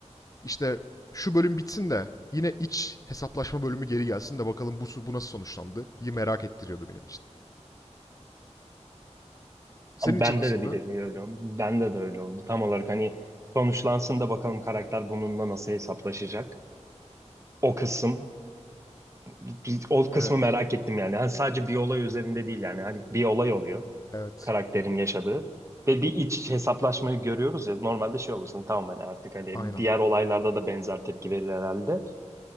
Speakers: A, on the left; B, on the right.
A: İşte şu bölüm bitsin de yine iç hesaplaşma bölümü geri gelsin de bakalım bu, bu nasıl sonuçlandı? İyi merak ettiriyordu benim için. Senin
B: Ama
A: için
B: bende
A: nasıldı?
B: de bir nevi öyle oldu. Bende de öyle oldu. Tam olarak hani sonuçlansın da bakalım karakter bununla nasıl hesaplaşacak. O kısım bir- o kısmı
A: Evet,
B: merak ettim yani. Hani sadece bir olay üzerinde değil yani. Hani bir olay oluyor
A: evet.
B: karakterin yaşadığı. Ve bir iç hesaplaşmayı görüyoruz ya. Normalde şey olursun tamam hani artık hani
A: Aynen.
B: diğer olaylarda da benzer tepki verir herhalde.